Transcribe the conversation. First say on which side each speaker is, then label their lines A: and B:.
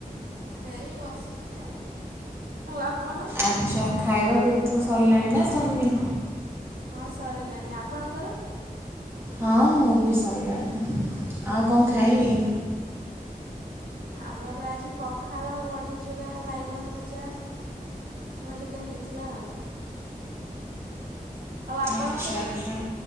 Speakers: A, on the right; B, on the right.
A: ହେଇ ବସିଚି ଆଉ ଆଉ ଆପଣ।
B: ଆଚ୍ଛା ଖାଇବା ପିଇବା ବୁ ସରିଲାଣି ନା ସରନି।
A: ହଁ ସରିଲାଣି ଆପଣଙ୍କର।
B: ହଁ ମୋର ବି ସରଲାଣି ଆଉ କଣ ଖାଇଲେ?
A: ଆମର ଆଜି ପଖାଳ, ବଢ଼ିଚୂୁରା, ବାଇଗଣ ଭଜା। <unintelligible> ରିକା ହେଇଥିଲା ଆଉ। ଆଉ ଆପଣଙ୍କର
B: ଆଚ୍ଛା ଆଚ୍ଛା